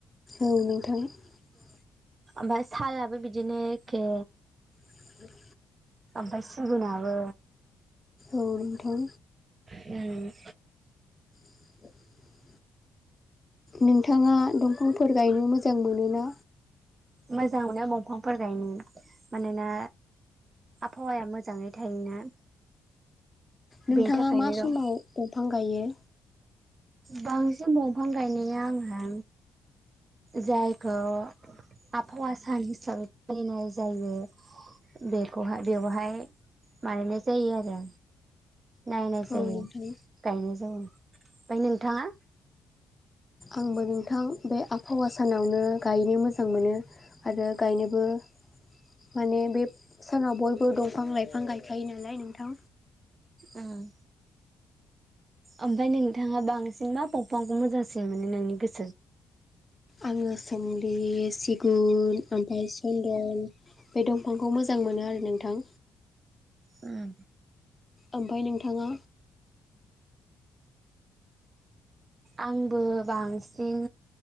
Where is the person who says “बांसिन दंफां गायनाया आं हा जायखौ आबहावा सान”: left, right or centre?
Right